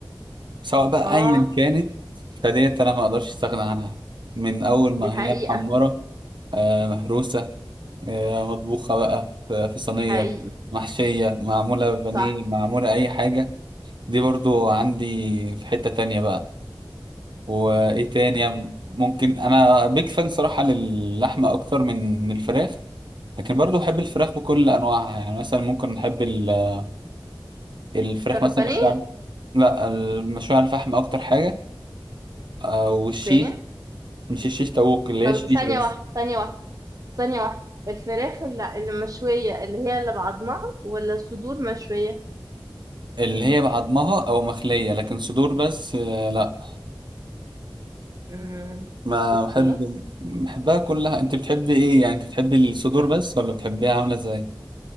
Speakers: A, on the right; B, on the right.
A: سواء بقى
B: اه
A: ايا كانت فديت انا ما اقدرش استغنى عنها من اول ما
B: دي حقيقة
A: هي محمره آه مهروسه آه مطبوخه بقى في في صينيه
B: حقيقي
A: محشيه معموله بانيه
B: صح
A: معموله اي حاجه دي برضو عندي في حته تانية بقى وايه تاني يعني ممكن انا بيج فان صراحه للحمه اكتر من من الفراخ لكن برضو بحب الفراخ بكل انواعها يعني مثلا ممكن نحب ال- الفراخ
B: فراخ
A: مثلا
B: البانيه
A: مشوية لا المشوية على الفحم اكتر حاجه او الشيش
B: اوكي
A: مش الشيش طاووق اللي
B: طب
A: هي الشيش
B: ثانية
A: بس
B: واحدة ثانية واحدة ثانية واحدة الفراخ اللي اللي مشوية اللي هي اللي بعضمها ولا الصدور مشوية
A: اللي هي بعضمها او مخليه لكن صدور بس آه، لا
B: امم
A: ما
B: اوكي
A: بحب بحبها كلها انت بتحبي ايه يعني انت بتحبي الصدور
B: <laughs>
A: بس ولا بتحبيها عامله ازاي